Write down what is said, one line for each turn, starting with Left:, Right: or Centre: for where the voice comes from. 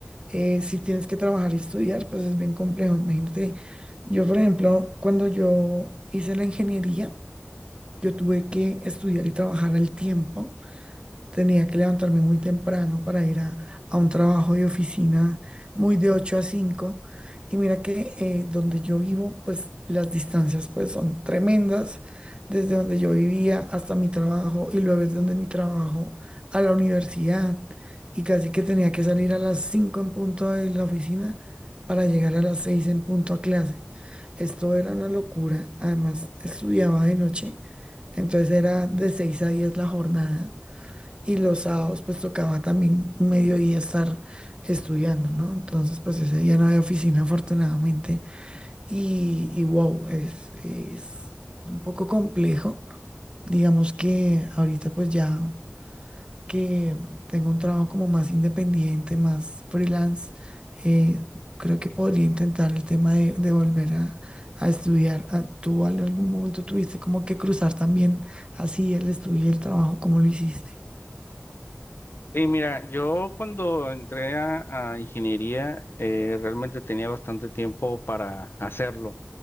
Right: eh, si tienes que trabajar y estudiar pues es bien complejo. Imagínate, yo por ejemplo cuando yo hice la ingeniería yo tuve que estudiar y trabajar al tiempo Tenía que levantarme muy temprano para ir a, a un trabajo de oficina muy de ocho a cinco Y mira que eh, donde yo vivo, pues las distancias pues son tremendas, desde donde yo vivía hasta mi trabajo y luego desde donde mi trabajo a la universidad. Y casi que tenía que salir a las 5 en punto de la oficina para llegar a las 6 en punto a clase. Esto era una locura. Además, estudiaba de noche, entonces era de 6 a 10 la jornada. Y los sábados pues tocaba también mediodía estar estudiando, ¿no? Entonces pues ese día no había oficina afortunadamente y, y wow, es, es, un poco complejo. Digamos que ahorita pues ya que tengo un trabajo como más independiente, más freelance, eh, creo que podría intentar el tema de, de volver a, a estudiar. Ah, ¿Tú en algún momento tuviste como que cruzar también así el estudio y el trabajo? ¿Cómo lo hiciste?
Left: Y mira, yo cuando entré a, a ingeniería, eh, realmente tenía bastante tiempo para hacerlo.